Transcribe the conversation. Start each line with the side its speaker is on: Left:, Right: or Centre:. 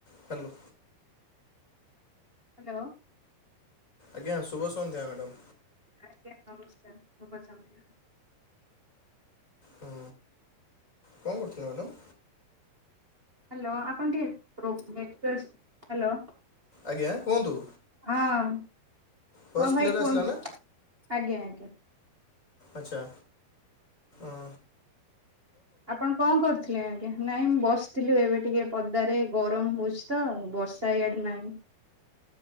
Left: ହ୍ୟାଲୋ।
Right: ହ୍ୟାଲୋ।
Left: ଆଜ୍ଞା, ଶୁଭ ସନ୍ଧ୍ୟା ମ୍ୟାଡ଼ମ୍।
Right: ଆଜ୍ଞା ନମସ୍କାର ଶୁଭସନ୍ଧ୍ୟା।
Left: ହୁଁ, କଣ କରୁଥିଲେ ମ୍ୟାଡ଼ାମ୍?
Right: ହ୍ୟାଲୋ, ଆପଣ ଟିକେ ପ୍ରୋ <inaudible> ହ୍ୟାଲୋ।
Left: ଆଜ୍ଞା କୁହନ୍ତୁ?
Right: ହଁ,
Left: ଭଏସ୍
Right: ହଁ
Left: କ୍ଲିଅର୍
Right: ଭାଇ କୁହନ୍?
Left: ଆସିଲା ନା
Right: ଆଜ୍ଞା, ଆଜ୍ଞା।
Left: ଆଚ୍ଛା ଅଁ।
Right: ଆପଣ କଣ କରୁ ଥିଲେ ଆଜ୍ଞା, ନାଇଁ ମୁଁ ବସିଥିଲୁ ଏବେ ଟିକେ ପଦାରେ, ଗରମ ହଉଛି ତ! ବର୍ଷା ଇଆଡେ ନାଇଁ।